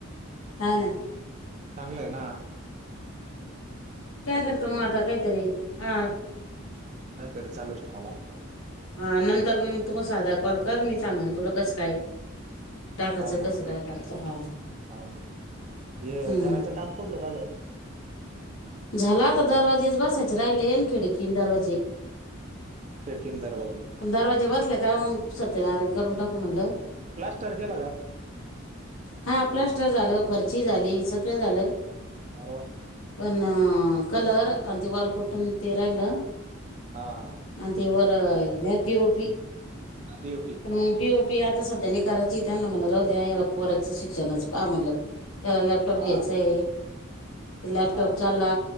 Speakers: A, on the left (about 80°); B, on the right (about 35°).
A: हा ना
B: चांगलंय ना.
A: त्यागरत
B: कधी क काहीतरी
A: माता कातरी हा.
B: का तरी चालूच ठ्यावा लागतो.
A: हा नंतर मग तुमग साधा कॉल कर मी सांगन तुला कसं काय. टाकायचं
B: हाव ना
A: कसं काय करायचं हा.
B: हाव ना हे
A: हम्म
B: घराचं काम पठलो काल
A: झाला आता दरवाजेच बसायचे राहिले येन खिडकीन दरवाजे.
B: खिडकिन दारवाज.
A: पण दार वाजे बचल्या काय मग सत्यनारायण करून टाकू म्हणलं.
B: लास् तारखेलागा.
A: हा प्लस्टर झालं फर्ची झाली सगळं झालं.
B: आ.
A: पण कलर आणि ते वाॉल कुठून ते राहिलं.
B: हा.
A: अंत इवर नेप ओपी.
B: यू पी
A: पण मग पीओ पी आता सध्यानी करायची त्याना म्हणा राहू द्या याला पो्याचं शिक्षणच म्हणलं त्याला लॅपटॉप
B: हा
A: घ्यायचा आहे ते लॅपटॉप
B: हा
A: चालला